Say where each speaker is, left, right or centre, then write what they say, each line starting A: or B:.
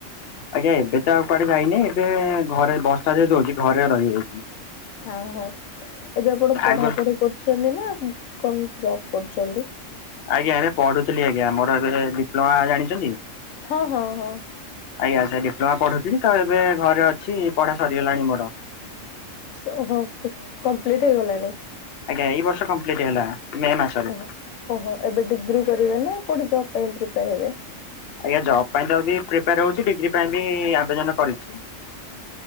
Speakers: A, on the left; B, on the left.
A: ଆଜ୍ଞା ଏବେ ତ ଆଉ କୁଆଡ଼େ ଯାଇନି ଏବେ ଘରେ ବର୍ଷା ଯେହେତୁ ହଉଚି ଘରେ ରହି ଯାଇଛି।
B: ହଁ ହଁ ଏବେ ଆପଣ ପଢ଼ାପୁଢ଼ି
A: ଆଗ
B: କରୁଛନ୍ତି ନା କଣ ଜବ୍ କରୁଚନ୍ତି?
A: ଆଜ୍ଞା ଏବେ ପଢୁଥିଲି ଆଜ୍ଞା ମୋର ଏବେ ଡିପ୍ଲୋମା ଜାଣିଚନ୍ତି?
B: ହଁ ହଁ ହଁ।
A: ଆଜ୍ଞା ସେ ଡିପ୍ଲୋମା ପଢୁଥିଲି ତ ଏବେ ଘରେ ଅଛି ପଢ଼ା ସରିଗଲାଣି ମୋର।
B: ସୋ ହୋ କମ୍ପ୍ଲିଟ୍ ହେଇଗଲାଣି।
A: ଆଜ୍ଞା ଏଇ ବର୍ଷ କମ୍ପ୍ଲିଟ ହେଲା। ମେ ମାସରେ।
B: ଓ ଓହୋ ଏବେ ଡିଗ୍ରୀ କରିବେ ନା କୋଉଠି ଜବ୍ ପାଇଁ ପ୍ରିପେୟାର ହେବେ।
A: ଆଜ୍ଞା ଜବ୍ ପାଇଁ ତ ବି ପ୍ରିପେୟାର ହଉଚି ଡିଗ୍ରୀ ପାଇଁ ବି ଆବେଦନ କରିଛି।